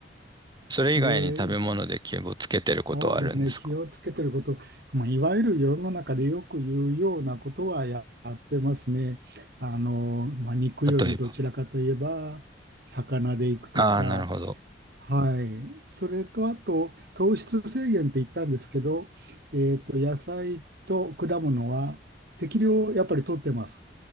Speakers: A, on the right; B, on the right.
A: それ以外に食べ物で気をつけてることはあるんですか
B: で、そうですね、気をつけてること、まあ、いわゆる世の中でよく言うようなことはやってますね。あの、まあ、肉よりどちらかといえば、
A: 例えば。
B: 魚でいくとか、
A: ああ、なるほど。
B: はい。それと、あと、糖質制限って言ったんですけど、えっと、野菜と果物は適量やっぱり取ってます。